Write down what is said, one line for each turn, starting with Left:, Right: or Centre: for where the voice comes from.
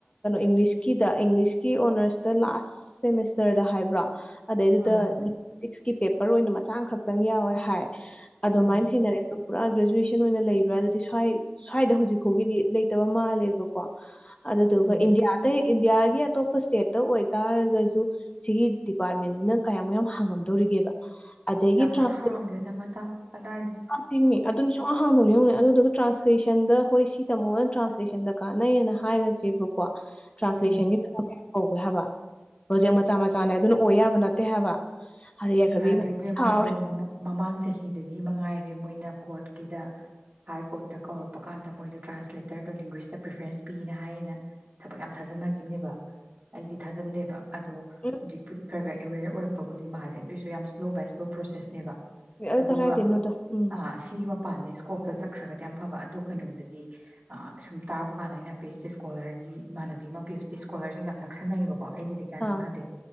Left: ꯏꯪꯂꯤꯁꯀꯤꯗ ꯏꯪꯂꯤꯁꯀꯤ ꯑꯣꯅꯔꯁꯇ ꯂꯥꯁ ꯁꯦꯃꯤꯁꯇꯔꯗ ꯍꯥꯏꯕ꯭ꯔꯥ ꯑꯗꯩꯗꯨꯗ
Right: ꯑꯥ
Left: ꯇꯤꯛꯁꯀꯤ ꯄꯦꯄꯔ ꯑꯣꯏꯅ ꯃꯆꯥ ꯈꯛꯇꯪ ꯌꯥꯎꯋꯦ ꯍꯥꯏ ꯑꯗꯨꯃꯥꯏꯅ
Right: ꯑꯥ
Left: ꯊꯦꯡꯅꯔꯦ ꯄꯨꯔꯥ ꯒ꯭ꯔꯦꯖꯨꯋꯦꯁꯟ ꯑꯣꯏꯅ ꯂꯩꯕ꯭ꯔꯥ ꯑꯗꯨꯗꯤ ꯁ꯭ꯋꯥꯏ ꯁ꯭ꯋꯥꯏꯗ ꯍꯧꯖꯤꯛ ꯐꯥꯎꯒꯤꯗꯤ ꯂꯩꯇꯕ ꯃꯥꯜꯂꯦꯕꯀꯣ ꯑꯗꯨꯗꯨꯒ
Right: ꯎꯝ
Left: ꯏꯟꯗꯤꯌꯥ ꯑꯇꯩ ꯏꯟꯗꯤꯌꯥꯒꯤ ꯑꯇꯣꯞꯄ ꯏꯁꯇꯦꯠꯇ ꯑꯣꯏꯇꯥꯔꯒꯁꯨ ꯁꯤꯒꯤ ꯗꯤꯄꯥꯔꯠꯃꯦꯟꯁꯤꯅ ꯀꯌꯥꯃꯨꯛ ꯌꯥꯝ ꯍꯥꯡꯉꯝꯗꯧꯔꯤꯒꯦꯕ ꯑꯗꯒꯤ
Right: ꯌꯥꯝ
Left: ꯇ꯭ꯔꯥꯟ
Right: ꯀꯟꯅ ꯍꯥꯡꯗꯦꯗ ꯃꯇꯥ ꯀꯗꯥꯥꯏꯗꯩꯩ
Left: ꯇꯤꯡꯅꯤ ꯑꯗꯨꯅ ꯁꯨꯡꯍꯥꯡ ꯍꯥꯡꯗꯕꯅꯤꯅꯦ ꯑꯗꯨꯗꯨꯒ ꯇ꯭ꯔꯥꯟꯁꯂꯦꯁꯟꯗ ꯍꯣꯏ ꯁꯤ ꯇꯝꯃꯣꯒꯅ ꯇ꯭ꯔꯥꯟꯁꯂꯦꯁꯟꯗ ꯀꯥꯟꯅꯩꯅ ꯍꯥꯏꯔꯁꯦꯕꯀꯣ ꯇ꯭ꯔꯥꯟꯁꯂꯦꯁꯟꯒꯤ
Right: ꯎꯝ
Left: ꯊꯕꯥ ꯀꯧꯒꯦ ꯍꯥꯏꯕ ꯄ꯭ꯔꯣꯖꯦꯛ ꯃꯆꯥ ꯃꯆꯥꯅꯦ ꯑꯗꯨꯅ ꯑꯣꯏ ꯌꯥꯕ ꯅꯠꯇꯦ ꯍꯥꯏꯕ ꯍꯥꯏꯔꯦ ꯌꯥꯏꯐꯕꯤ
Right: ꯌꯥꯗꯦ
Left: ꯚꯥꯏ
Right: ꯏꯕꯦꯝꯃ
Left: ꯁꯥꯎꯔꯦ
Right: ꯑꯗꯣ ꯃꯃꯥꯡ ꯆꯍꯤꯗꯒꯤ ꯃꯉꯥꯏꯔꯦ ꯃꯣꯏꯅ ꯀꯣꯔꯠꯀꯤꯗ ꯍꯥꯏ ꯀꯣꯔꯠꯇ ꯀꯧꯔꯛꯄ ꯀꯥꯟꯗ ꯃꯣꯏꯗꯣ ꯇ꯭ꯔꯥꯟꯁꯂꯦꯇꯔꯗꯣ ꯂꯦꯡꯒ꯭ꯋꯦꯁꯇ ꯄ꯭ꯔꯤꯐꯔꯦꯟꯁ ꯄꯤꯅ ꯍꯥꯏꯌꯦꯅ ꯊꯕꯛ ꯌꯥꯝ ꯊꯥꯖꯤꯟꯅꯈꯤꯕꯅꯦꯕ ꯑꯩꯗꯤ ꯊꯥꯖꯟꯗꯦꯕ ꯑꯗꯣ
Left: ꯎꯝ
Right: ꯍꯧꯖꯤꯛꯄꯨꯗꯤ ꯈꯔ ꯈꯔ ꯑꯦꯋꯦꯔ ꯑꯣꯏꯔꯛꯄꯕꯨꯗꯤ ꯃꯥꯜꯂꯦ ꯑꯗꯨꯁꯨ ꯌꯥꯝꯅ ꯁ꯭ꯂꯣ ꯕꯥꯏ ꯁ꯭ꯂꯣ ꯄ꯭ꯔꯣꯁꯦꯁꯅꯦꯕ
Left: ꯑꯗꯨ
Right: ꯑꯗꯨꯒ
Left: ꯈꯔ ꯀꯔꯥꯏꯗꯩꯩꯅꯣꯗ ꯎꯝ
Right: ꯑ ꯁꯤꯒꯤ ꯃꯄꯥꯟꯗꯩ ꯁ꯭ꯀꯣꯞꯇ ꯆꯠꯈ꯭ꯔꯒꯗꯤ ꯌꯥꯝ ꯐꯕ ꯑꯗꯣ ꯀꯩꯅꯣꯗꯗꯤ ꯁꯨꯝ ꯇꯥꯔꯕ ꯀꯥꯟꯗ ꯑꯩꯅ ꯄꯤ ꯑꯩꯆ ꯗꯤ ꯁ꯭ꯀꯣꯂꯔꯒꯤ ꯏꯃꯥꯟꯅꯕꯤ ꯑꯃ ꯄꯤ ꯑꯩꯆ ꯗꯤ ꯁ꯭ꯀꯣꯂꯔꯁꯤꯡꯒ ꯌꯥꯝ ꯅꯛꯁꯟꯅꯩꯌꯦꯕꯀꯣ ꯀꯣ ꯑꯩꯒꯗꯤ ꯀꯌꯥ ꯅꯛꯅꯗꯦ
Left: ꯑꯥ